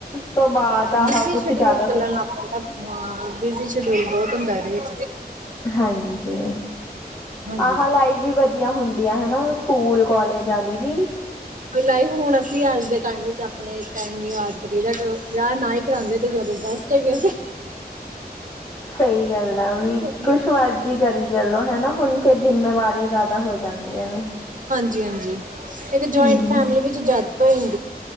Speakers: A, on the left (about 25°); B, on the right (about 50°).
A: ਤੋਂ ਬਾਅਦ ਆਹ
B: ਬਿਜੀ
A: ਕੁਛ
B: ਸ਼ਡਿਊਲ
A: ਜ਼ਿਆਦਾ ਸੱਚ
B: ਚੱਲਣ ਲੱਗ ਪੈਂਦਾ ਹਾਂ ਬਿਜੀ ਸ਼ਡਿਊਲ ਬਹੁਤ ਹੁੰਦਾ ਇਹਦੇ ।
A: ਹਾਂਜੀ
B: ਹਾਂਜੀ
A: ਆਹ ਲਾਈਵ ਵੀ ਵਧੀਆ ਹੁੰਦੀ। ਵਧੀਆ ਹਨਾ ਸਕੂਲ ਕਾਲਜ ਵਾਲੀ ਵੀ।
B: ਲਾਈਫ ਹੁਣ ਅਸੀਂ ਅੱਜ ਦੇ ਟਾਈਮ ਵਿੱਚ ਆਪਣੇ ਟਾਈਮ ਨੂੰ ਯਾਦ ਕਰੀਦਾ ਕਿ ਵਿਆਹ ਨਾ ਹੀ ਕਰਾਉਂਦੇ ਤੇ ਜਦੋਂ ਬਸ। ਚੰਗੇ ਸੀ।
A: ਸਹੀ। ਗੱਲ ਆ ਵੀ।
B: ਹਾਂਜੀ,
A: ਕੁੱਛ ਮਰਜ਼ੀ ਕਰੀ। ਚਲੋ, ਹਨਾ। ਹੁਣ ਫੇਰ ਜਿੰਮੇਵਾਰੀਆਂ ਜ਼ਿਆਦਾ ਹੋ ਜਾਂਦੀਆਂ ਨੇ।
B: ਜੀ ਹਾਂਜੀ। ਇਹ ਜੁਆਇੰਟ
A: ਹਮ
B: ਫੈਮਿਲੀ ਵਿੱਚ ਜ਼ਿਆਦਾ ਹੋਏ <inaudible>